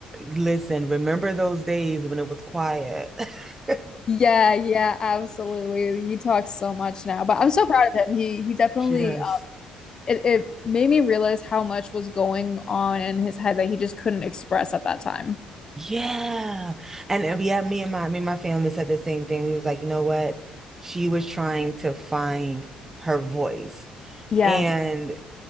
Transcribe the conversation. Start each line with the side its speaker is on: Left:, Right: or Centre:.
Right: listen, remember those days when it was quiet? <laughs>
Left: Yeah, yeah, absolutely. He talks so much now, but I'm so proud of him. He he definitely
Right: She does.
Left: um it, it made me realize how much was going on in his head that he just couldn't express at that time.
Right: Yeah. And, and yeah, me and my me and my family said the same thing. We was like, you know what? She was trying to find her voice.
Left: Yeah.
Right: And